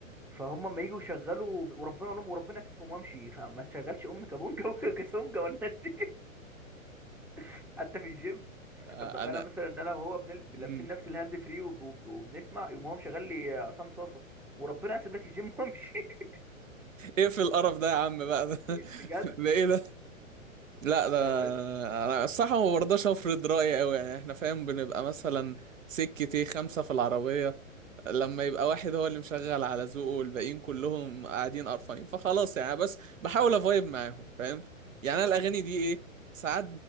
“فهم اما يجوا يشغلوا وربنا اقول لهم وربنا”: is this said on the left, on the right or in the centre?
Centre